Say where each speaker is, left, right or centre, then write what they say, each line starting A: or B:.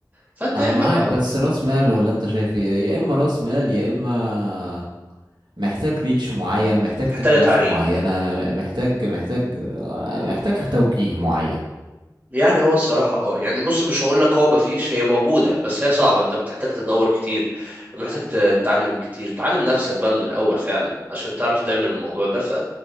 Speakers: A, on the right; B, on the right.
A: فأنت
B: انا
A: يا إما
B: معاك
A: بقى
B: بس راس مال ولا انت شايف ايه يا اما راس مال يا اما محتاج ريتش معين محتاج تكنيكس
A: محتاجة تعريق
B: معينة محتاج محتاج محتاج توجيه معين
A: يعني هو الصراحة اه يعني بص مش هقول لك هو مفيش هي موجودة بس هي صعبة انت بتحتاج تدور كتير محتاج تتعلم كتير تعلم نفسك بقى من الأول فعلا عشان تعرف تعمل الموضوع ده ف